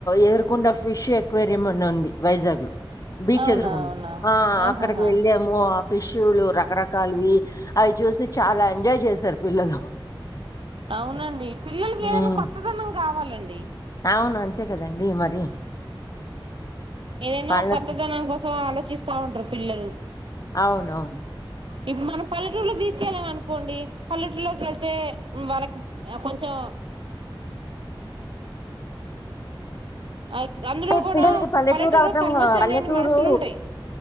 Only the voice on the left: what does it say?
ఎదురుకొడా ఫిష్ ఎక్వేరియం అని ఉంది వైజాగ్ లో బీచ్
ఎదురుకండి
ఆ
అక్కడికి వెళ్దాము ఆ ఫిష్లు రకరకాలవి అవి చూసి చాలా ఎంజాయ్ చేసరు పిల్లలు
హ్మ్.
అవును అంతే కదండి మరి
వాళ్ళకి
అవునవును
అంటే
పిల్లలకి పల్లెటూరు
అవటం
పల్లెటూరు